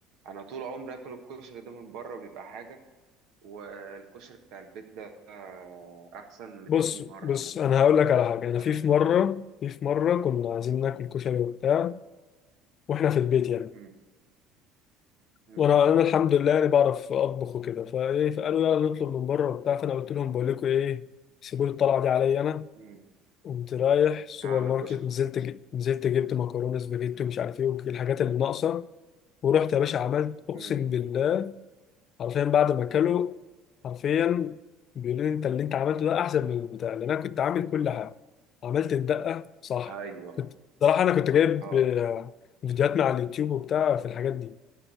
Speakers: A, on the right; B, on the left.
A: أنا طول عمري آكل الكشري ده من بره بيبقى حاجة والكشري بتاع البيت ده أحسن 200
B: بص
A: مرة
B: بص
A: مثلا
B: انا هقول لك على حاجه انا
A: فاهمني؟
B: في في مره في في مره كنا عايزين ناكل كشري
A: مم.
B: وبتاع واحنا في البيت يعني
A: مم. مم.
B: وانا انا الحمد لله يعني بعرف اطبخ وكده فايه فقالوا يلا نطلب من بره وبتاع فانا قلت لهم بقول لكم ايه سيبوا لي الطلعه دي عليا انا
A: مم.
B: قمت رايح السوبر
A: هعمل
B: ماركت
A: كشري
B: نزلت ج- نزلت جبت مكرونه سباجيتي ومش عارف ايه والحاجات اللي ناقصه ورحت يا باشا عملت اقسم
A: مم.
B: بالله حرفيا بعد ما اكله حرفيا بيقولوا لي انت اللي انت عملته ده احسن من البتاع لان انا كنت عامل كل حاجه عملت الدقه صح
A: أيوه
B: كنت صراحه انا كنت
A: أه
B: جايب
A: آه.
B: آه، فيديوهات مع اليوتيوب وبتاع في الحاجات دي